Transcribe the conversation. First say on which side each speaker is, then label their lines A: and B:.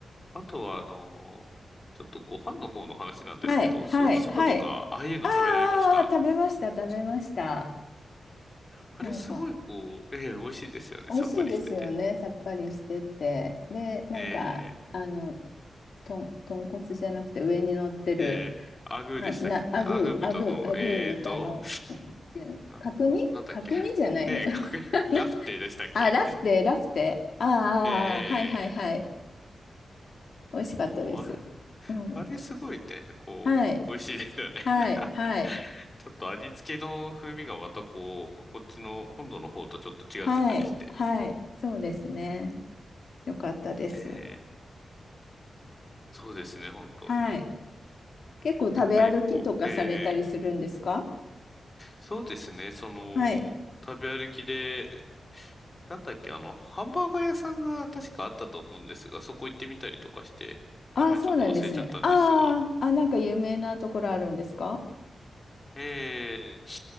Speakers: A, on the left (about 25°); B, on the left (about 60°).
A: あとは、あのちょっとご飯の方の話なんですけど、
B: はいはいはい。
A: ソーキそばとか、ああいうの食べられました
B: あーあーあー食べました食べました。
A: あれすごい、
B: なんか。
A: こう、ええ、美味しいですよね。
B: 美味しいですよね、
A: さっぱりしてて。
B: さっぱりしてて。で、なんか、
A: ええ、
B: あの、とん、豚骨じゃなくて上に乗ってる、
A: ええ。アグーでしたっけ、
B: な、な、アグー、
A: アグー豚の、
B: アグー、アグー豚の、
A: ええと、
B: なんていうの角煮角煮じゃないのかな
A: な、な、なんだっけ。<laughs> ええ、かく、ラフテーでしたっけ。
B: <laughs> あ、ラフテー、ラフテー。ああ、
A: ええ、
B: ああはいはいはい。
A: ええ、ええ。
B: 美味しかったです。
A: そう。
B: うん。
A: あれすごいね、こう、
B: はい、
A: 美味しいですよね。
B: はい、
A: <laughs>
B: はい、
A: ちょっと味付けの風味がまたこう、こっちの本土の方とちょっと違ってたりして。
B: はい、はい。そうですね。よかったです。
A: ええ、そうですね、本当。
B: はい。結構食べ歩きとかされたりするんですか
A: やっぱりこう、ええ、ええ。そうですね、その、
B: はい。
A: 食べ歩きで、なんだっけ、あの、ハンバーガー屋さんが確かあったと思うんですが、そこ行ってみたりとかして、
B: ああ、
A: 名前ちょっと忘れちゃったんですが。
B: そうなんですね。ああ、あ、なんか有名なところあるんですか
A: ええ